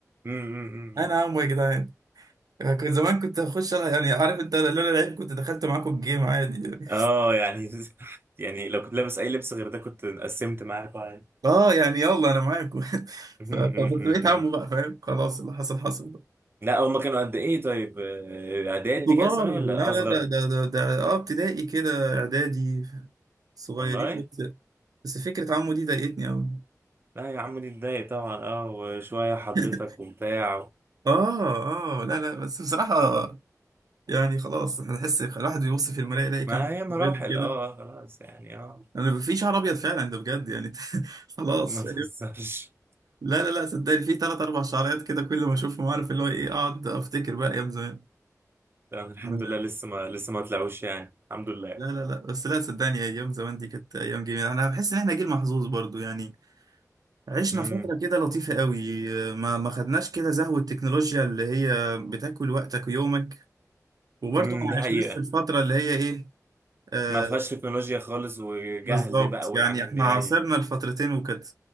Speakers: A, on the right; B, on the right.
A: امم
B: انا عمه يا جدعان كنت زمان كنت هخش ألعب- يعني عارف انت لولا لعيب كنت دخلت معاكم الجيم عادي يعني <laughs>
A: اه يعني <laughs> يعني لو كنت لابس اي لبس غير ده كنت قسمت معاك عادي
B: اه يعني يلا انا معاكم <laughs>
A: أمم،
B: ف- فكنت
A: أمم، أمم،
B: بقيت
A: أمم.
B: عمو بقى فاهم خلاص اللي حصل حصل بقى
A: لا هما كانوا قد ايه طيب آه، اعدادي
B: كبار
A: كده سنه ولا
B: لا
A: اصغر
B: لا ده ده ده, ده اه ابتدائي كده اعدادي صغيرين
A: والله
B: بس بس فكرة عمو دي ضايقتني قوي
A: لا يا عمو دي اتضايق طبعا اه وشويه حضرتك
B: <laughs>
A: وبتاع
B: اه اه لا لا بس بصراحة يعني خلاص احنا نحس الواحد بيبص في المراية يلاقي كام
A: ما هي مراحل
B: مريض كده
A: اه خلاص يعني اه
B: انا بيبقى في شعر ابيض فعلا ده بجد يعني <laughs> خلاص
A: ما تهزرش
B: لا لا لا صدقني في ثلاث اربع شعريات كده كل ما اشوفهم عارف اللي هو ايه اقعد افتكر بقى ايام زمان
A: لا، الحمد
B: لا
A: لله لسه ما لسه ما طلعوش يعني الحمد لله
B: لا لا لا، بس لا صدقني ايام زمان دي كانت ايام جميله انا بحس ان احنا جيل محظوظ برضو يعني عشنا
A: امم
B: فتره كده لطيفه قوي ما ما خدناش كده زهو التكنولوجيا اللي هي بتاكل وقتك ويومك وبرضو
A: امم
B: ما
A: دي
B: عشناش
A: حقيقة
B: في الفتره اللي هي ايه آه
A: ما فيهاش تكنولوجيا خالص وجهل
B: بالظبط
A: بقى
B: يعني
A: والحاجات
B: احنا
A: دي
B: عاصرنا
A: اي
B: الفترتين وكانت